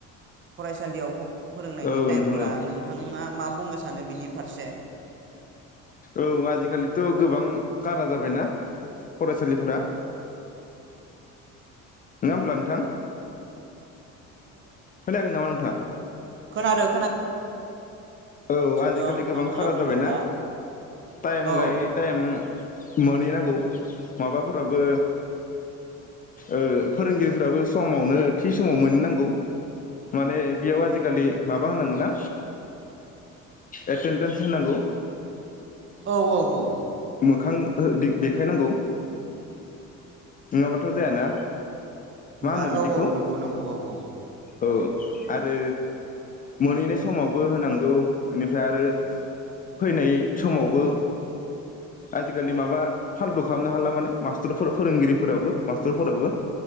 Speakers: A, on the right; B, on the left.
A: फरायसालियाव फोरोंनायनि
B: औ
A: टाइमफोरा
B: नोंथां औ
A: नोंथाङा माब बुंनो सानो बिनि फारसे
B: औ आजिखालिथ' गोबां गारा जाबायना फरायसालिफोरा नङा होमब्ला नोंथां खोनायाखै नामा नोंथांङा?
A: खोनादो
B: औ आजिखालि
A: दं
B: गोबां
A: नोंथाङा
B: खारा
A: बुंबाय
B: जाबायनाा
A: था
B: टाइम
A: औ
B: लायै टाइम मोनहैनां माबाफोराबो ओ फोरोंगिरिफोराबो समावनो थि समाव मोननांगौ माने बेयाव आजिखालि मा बा होनांगोनना एथेनथेनस होनांगौ
A: औ औ औ
B: मोखां देखायनांगौ नङाबाथ' जायाना
A: नङा
B: मा होनो बिदिखौ
A: औ औ नंगौ नंगौ औ औ
B: औ आरो मोनहैनाय समावबो होनांगौ बेनिफ्राय आरो फैनाय समावबो आजिखालि माबा फाल्दु खालामनो हाला माने मास्टरफोर फोरोंगिरि फोरावबो मास्टारफोरावबो